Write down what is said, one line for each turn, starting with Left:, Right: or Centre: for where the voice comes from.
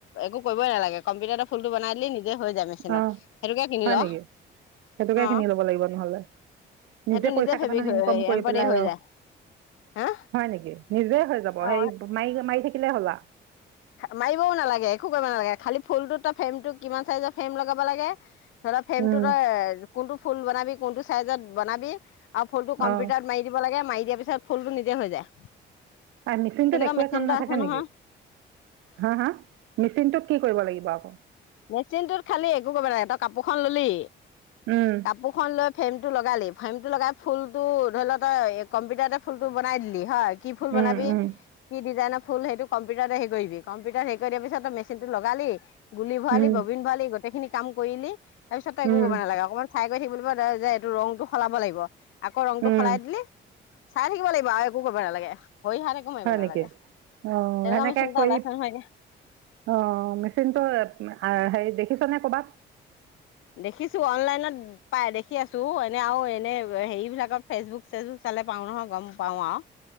Left: একো কৰিবই নালাগে কম্পিউটাৰতে ফুলটো বনাই দিলে নিজে হৈ যায় মেচিনত
Right: অহ
Left: সেইটোকে কিনি
Right: হয়
Left: ল
Right: নেকি? সেইটোকে
Left: অ
Right: কিনি ল'ব লাগিব নহলে। নিজে
Left: সেইটো
Right: পইচা
Left: ফেব্ৰিক
Right: কেইটামান
Left: হৈ
Right: ইনকম কৰি
Left: এম্ব্ৰইডাৰী
Right: পেলাই
Left: হৈ
Right: আৰু
Left: যায় হা
Right: হয় নেকি। নিজে হৈ যাব
Left: অ
Right: হেৰি মাৰি মাৰি থাকিব হ'লা
Left: মাৰিবও নালাগে একো কৰিব নালাগে খালি ফুলটোত ফ্ৰেমটো কিমান চাইজৰ ফ্ৰেম লগাব লাগে ধৰা ফ্ৰেমটো
Right: উম
Left: তই কোনটো ফুল বনাবি। কোনটো চাইজত বনাবি। আৰু ফোনটো কম্পিউটাৰ
Right: অ
Left: মাৰি দিব লাগে মাৰি দিয়া পিছত পিছত ফুল টো নিজে হৈ যায়।
Right: আই মিচিনটোত
Left: তেনেকুৱা
Right: একোৱে
Left: মেচিন
Right: কাম
Left: এটা
Right: নাথাকে
Left: আছে নহয়
Right: নেকি? হা হা মিচিনটোত কি কৰিব লাগিব? পাব।
Left: মেচিনটোত খালি একো কৰিব নাগে তই কাপোৰখন ললি
Right: উম
Left: কাপোৰ খন লৈ ফ্ৰেম টো লগালি ফ্ৰেমটো লগাই ফুলটো ধৰি লও তই কম্পিউটাৰতে ফুলটো বনাই দিলি হয়। কি ফুল
Right: উম
Left: বনাবি,
Right: উম
Left: কি ডিজাইনৰ ফুল সেইটো কম্পিউটাৰতে হেৰি কৰিবি কম্পিউটাৰত হেৰি কৰি দিয়াৰ পিছত তোৰ মেচিন লগালি গুলি ভৰালি,
Right: উম
Left: ববিন ভৰালি গোটেইখিনি কাম কৰিলি। তাৰপিছত তই একো
Right: উম
Left: কৰিব নালাগে অকমান চাই যে - যে এইটো ৰংটো সলাব লাগিব। আকৌ ৰংটো
Right: উম
Left: সলাই দিলি চাই থাকিব লাগিব আৰু একো কৰিব নালাগে। ভৰি হাত একো মাৰিব
Right: হয়
Left: নালাগে
Right: নেকি? অ'।
Left: তেনেকুৱা
Right: সেনেকে
Left: মেচিন এটা
Right: কৰি
Left: ওলাইছে নহয়
Right: অ মেচিনটো হেৰি দেখিছনেে কবাত?
Left: দেখিছো অনলাইনত পাই দেখি আছো এনে আৰু এনে হেৰি বিলাকত ফেচবুক - চেচবুক চালে পাওঁ নহয় গম পাঁও আৰু।